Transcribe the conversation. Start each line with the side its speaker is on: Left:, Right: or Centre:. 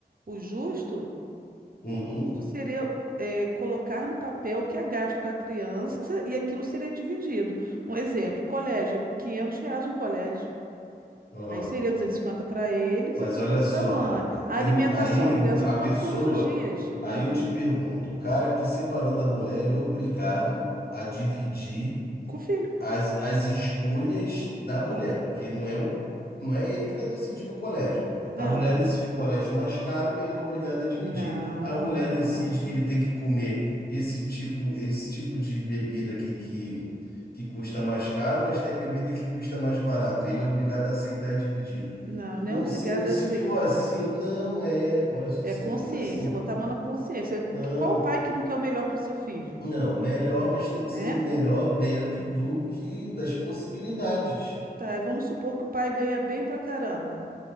Right: O justo,
Left: Uhum.
Right: o justo seria é, colocar no papel o que é gasto com a criança e aquilo seria dividido. Um exemplo, colégio, é 500 reais um colégio.
Left: aham.
Right: Aí seria 250 para ele, 250
Left: Mas olha só,
Right: para a mãe. A
Left: eu,
Right: alimentação,
Left: aí
Right: a criança
Left: o- a
Right: come
Left: pessoa,
Right: todos os dias.
Left: aí
Right: Ah,
Left: eu te pergunto, o cara que separou da mulher, ele é obrigado a dividir
Right: com o filho.
Left: as, as escolhas da
Right: Ah,
Left: mulher, porque não é o, não é ele que está decidindo o colégio. A
Right: ah.
Left: mulher decide o colégio mais caro, ele é obrigado a dividir.
Right: Não,
Left: A mulher
Right: não.
Left: decide que ele tem que comer esse tipo, esse tipo de bebida aqui que, que custa mais caro, mas tem a bebida que custa mais barato. Ele é obrigado a aceitar e dividir.
Right: Não, não
Left: Não,
Right: é obrigada
Left: se, não- se
Right: a aceitar.
Left: for assim, não é. Olha só,
Right: É
Left: se
Right: consciência,
Left: for assim,
Right: botar a mão na consciência.
Left: não.
Right: Que- Qual o pai que não quer o melhor para o seu filho,
Left: Não, melhor, mas tem
Right: né?
Left: que ser melhor dentro do que das possibilidades.
Right: Tá, e vamos supor que o pai ganha bem pra caramba.